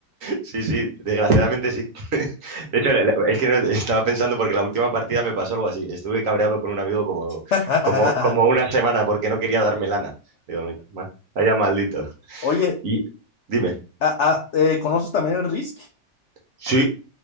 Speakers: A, on the right; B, on the left.
A: sí, sí, desgraciadamente sí. <laughs> De hecho, la- la- es que no, estaba pensando porque la última partida me pasó algo así. Estuve cabreado con un amigo como,
B: <laughs>
A: como, como una semana porque no quería darme lana. Digo, "Me- ma- vaya maldito.
B: Oye,
A: Y dime.
B: a- a- eh, ¿conoces también el Risk?
A: Sí,